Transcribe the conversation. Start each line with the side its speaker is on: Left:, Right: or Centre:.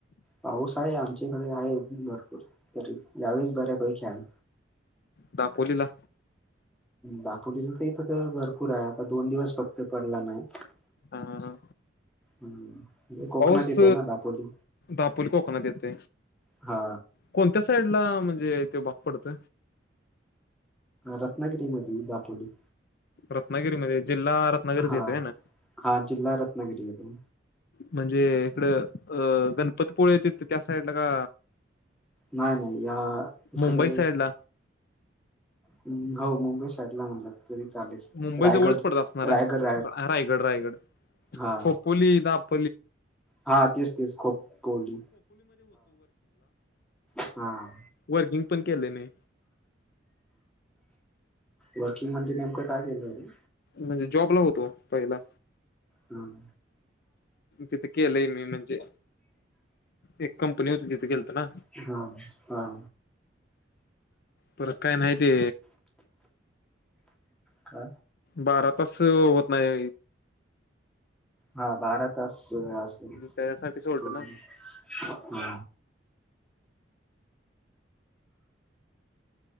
Centre: पाऊस आहे आमच्याकडे आहे भरपूर तर यावेळेस बऱ्यापैकी आहे
Left: दापोलीला
Centre: दापोलीला तर इथ तर भरपूर आहे आता दोन दिवस फक्त पडला नाही
Left: हा हा हा.
Centre: हम्म कोकणात
Left: पाऊस
Centre: येतय ना दापोली
Left: दापोली कोकण येत
Centre: हा
Left: कोणत्या साईड ला म्हणजे ते भाग पडत
Centre: रत्नागिरी मध दापोली
Left: रत्नागिरीमध्ये जिल्हा रत्नागिरीच
Centre: हा
Left: येतोय ना
Centre: हा जिल्हा रत्नागिरी आहे त
Left: म्हणजे इकड अ गणपतीपुळे य त त्या साईडला का
Centre: नाही नाही या इकडे
Left: मुंबई साईडला
Centre: हम्म हो मुंबई साईडला म्हणलं तरी चालेल
Left: मुंबई
Centre: रायगड
Left: जवळच पडत असणार
Centre: रायगड
Left: आहे रायगड रायगड
Centre: हा
Left: खोपोली दा <inaudible>
Centre: हा तेच तेच खोपोली हम्
Left: वर्गिंग पण केलेने
Centre: वर्किंग म नेमकं काय केलं होत
Left: म्हणजे जॉब ला होतो पहिला
Centre: हम्
Left: तिथे केलंय मी म्हणजे एक कंपनी होती तिथे गलं
Centre: हा हा हा
Left: परत काय नाहीती
Centre: का
Left: बारा तास होत नाही
Centre: हा भारतच असेल
Left: त्याच्यासाठी सोडलं
Centre: प
Left: ना
Centre: ह